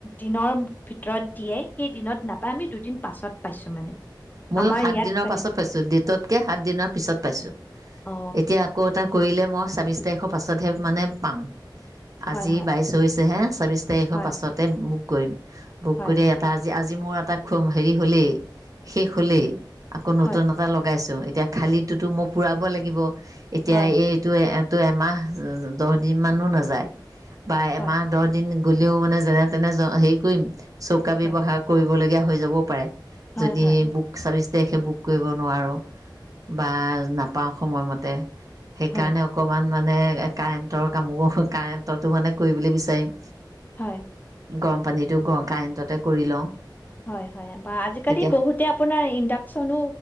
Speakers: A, on the left; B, on the right.
A: দিনৰ ভিতৰত দিয়ে, সেই দিনত নাপায়, আমি দুদিন পাছত পাইছো মানে।
B: ময়ো
A: আমাৰ
B: সাতদিনৰ
A: ইয়াত মানে
B: পাছত পাইছোঁ, ডেটতকে সাত দিনৰ পিছত পাইছোঁ,
A: অ
B: এতিয়া ক এটা কৰিলে মই ছাব্বিশ তাৰিখৰ পাছতহে মানে পাম। আজি
A: হয় হয়
B: বাইছ হৈছেহে। চাবিছ পাঁচ তাৰিখৰ
A: হয়
B: পাছতে বুক কৈইম। বুক
A: হয়
B: কৰিয়ে
A: হয়
B: এটা আজি, আজি মোৰ তাক খোম হেৰি হ'লেই। শেষ হ'লেই। আকৌ নতুন
A: হয়
B: এটা লগাইছো, এতিয়া খালীতোটো মই পুৰা <unintelligible> লাগিব। এতিয়া
A: হয় হয়
B: এইটোয়ে তো এমাহ, দহ দিন মানো নাযায়। বা এমাহ-দহ
A: হয়
B: দিন। গ'লেও মানে যেনে তেনে, জ, হেৰি কৰিম। চৌকা ব্যৱহাৰ
A: হয়
B: কৰিবলৈ কিয়া হৈ যাবও পাৰে।
A: হয়
B: যদি
A: হয়
B: বুক চাভিচ তেখে বুক কৰিব নোৱাৰোঁ। বা নাপ পাওঁ সময়মতে। সেইকাৰণে
A: হয় হয়
B: অকমান, মানে কাৰেণ্টৰ কামো, কাৰেণ্টতো মানে কৰিবলৈ বিচাৰিম।
A: হয়।
B: গৰম পানীটো ক-কাৰেণ্টতে কৰি লওঁ।
A: হয় হয়। বা আজিকালি
B: তেতিয়া
A: বহুতে আপোনাৰ ইণ্ডাকচনো